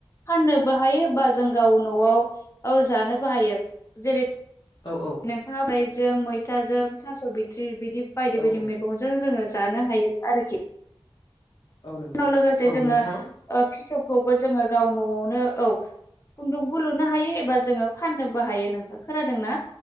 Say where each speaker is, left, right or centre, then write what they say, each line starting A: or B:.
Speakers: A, on the left; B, on the left.
A: फाननोबो हायो बा जों गाव न'आव जानोबो हायो जेरै
B: औ औ।
A: नोंथाङा ब्रायजों मैथाजों थास' बिथ्रि बिदि बायदि
B: औ
A: बायदि
B: औ
A: मैगं बेजोंनो जोङो जानो हायो आरोखि
B: औ नंगौ
A: नाव लोगोसे
B: औ
A: जोङो
B: नोंथां
A: फिथोबखौबो जोङो गाव न'आवनो औ खुन्दुंबो लुनो हायो एबा जोङो फाननोबो हायो नोंथां, खोनादों ना?